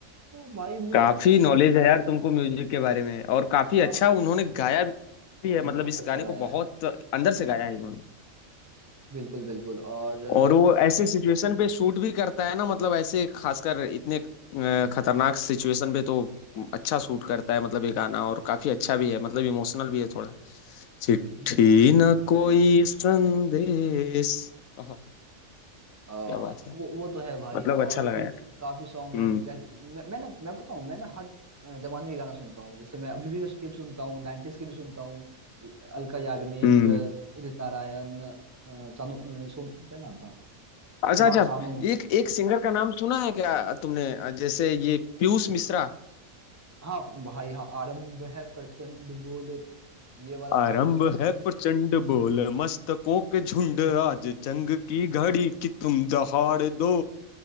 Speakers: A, on the right (about 15°); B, on the left (about 80°).
A: तो भाई मुझे
B: काफी
A: ना ये
B: नॉलेज
A: सब
B: है यार तुमको म्यूजिक के बारे में और काफी
A: हाँ
B: अच्छा उन्होंने गाया भी है मतलब
A: बहुत
B: इस
A: अच्छा
B: गाने
A: गाया
B: को बहुत
A: है
B: अंदर से गाया है इन्होंने
A: बिल्कुल बिल्कुल और
B: और वो ऐसे सिचुएशन पे शूट भी करता है ना मतलब ऐसे खासकर इतने अ, खतरनाक सिचुएशन पे तो अच्छा शूट करता है मतलब ये गाना और काफी अच्छा भी है मतलब इमोशनल भी है थोड़ा चिट्ठी
A: हम्म,
B: न कोई संदेश आहा,
A: आ,
B: क्या बात है
A: वो वो तो है भाई
B: मतलब अच्छा
A: और
B: लगा
A: भी
B: यार
A: काफी सॉन्ग
B: हम्म
A: है लाइक मैं मैं ना मैं बताऊं मैं ना हर अ, जमाने के गाना सुनता हूँ जैसे मैं अभी भी उसके भी सुनता हूँ 90s के भी सुनता हूँ ए, अलका याग्निक
B: हम्म
A: अ, उदित नारायण अ, सानू अ, सोन क्या नाम था
B: अच्छा
A: कुमार
B: अच्छा
A: सानू
B: एक एक सिंगर का नाम सुना है क्या तुमने अ, जैसे ये पीयूष मिश्रा
A: हाँ भाई हाँ आरंभ है प्रचंड बोले ये वाला
B: आरंभ
A: भाई बिल्कुल
B: है प्रचंड बोल मस्तकों के
A: को
B: झुंड
A: को झुंड
B: आज जंग की घड़ी कि तुम दहाड़ दो